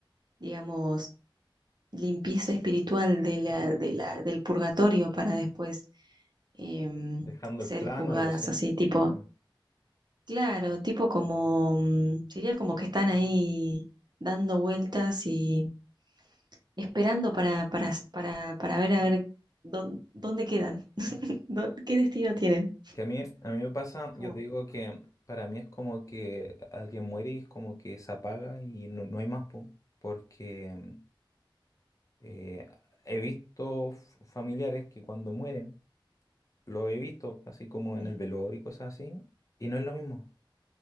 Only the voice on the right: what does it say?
digamos, limpieza espiritual de la, de la, del purgatorio para después em,
ser
juzgadas
así, tipo,
Claro, tipo como, mm, sería como que están ahí dando vueltas y esperando para, para, para, para ver a ver dónde, dónde quedan, <laughs>
dó- qué destino tienen.
Como,
sí,